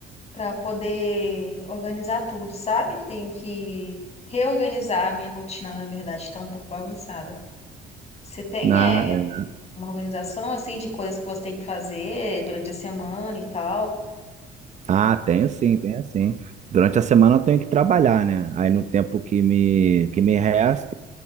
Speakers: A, on the left; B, on the right.
A: para poder organizar tudo, sabe? Tenho que reorganizar a minha rotina, na verdade, está um pouco bagunçada. Você tem
B: Na-
A: é,
B: é,
A: uma organização assim de coisas que você tem que fazer durante a semana e tal? <laughs>
B: Ah, tenho sim, tenho sim. Durante a semana eu tenho que trabalhar, né? Aí no tempo que me, que me resta,